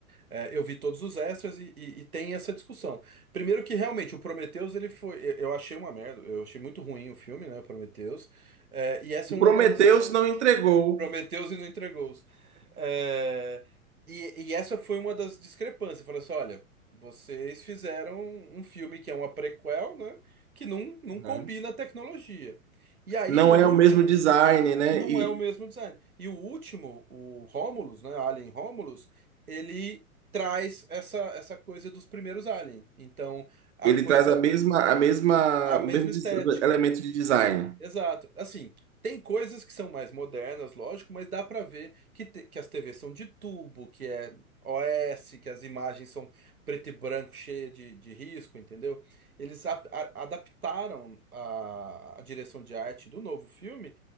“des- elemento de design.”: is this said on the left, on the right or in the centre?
Right